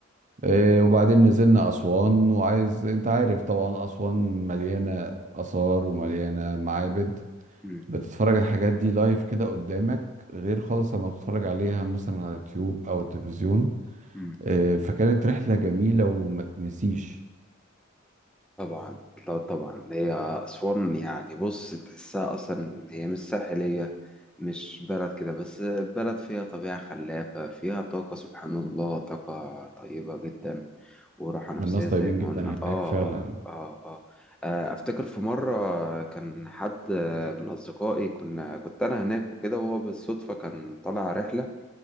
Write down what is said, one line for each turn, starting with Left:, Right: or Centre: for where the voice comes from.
Right: إيه وبعدين نزلنا أسوان وعايز انت عارف طبعا أسوان مليانة آثار ومليانة معابد
Centre: مم،
Right: بتتفرج على الحاجات دي لايف كده قدامك غير خالص لما بتتفرج عليها مثلا على اليوتيوب أو التلفزيون
Centre: مم.
Right: إيه فكانت رحلة جميلة وما تنسيش
Centre: طبعا لا طبعا هي أسوان يعني بص تحسها أصلا هي مش ساحلية مش بلد كده بس بلد فيها طبيعة خلابة فيها طاقة سبحان الله طاقة طيبة جدا وراحة نفسية
Right: الناس
Centre: زي
Right: طيبين
Centre: ما
Right: جدا
Centre: قلنا آه
Right: هناك فعلا
Centre: آه آه آه آه، أفتكر في مرة كان حد من أصدقائي كنا كنت أنا هناك وكده وهو بالصدفة كان طالع رحلة